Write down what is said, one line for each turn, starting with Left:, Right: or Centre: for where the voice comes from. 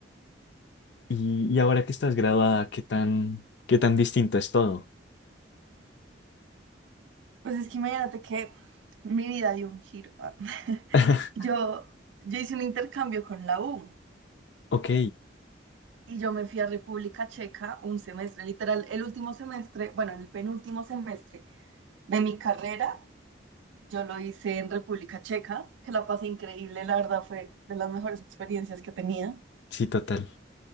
Left: Y, y ahora que estás graduada, ¿qué tan, qué tan distinto es todo?
Right: Pues es que imagínate que mi vida dio un giro. ah. <laughs>
Left: <laughs>
Right: Yo, yo hice un intercambio con la U
Left: Ok,
Right: y yo me fui a República Checa un semestre, literal, el último semestre, bueno, el penúltimo semestre de mi carrera, yo lo hice en República Checa, que la pasé increíble, la verdad fue de las mejores experiencias que tenía.
Left: sí, total.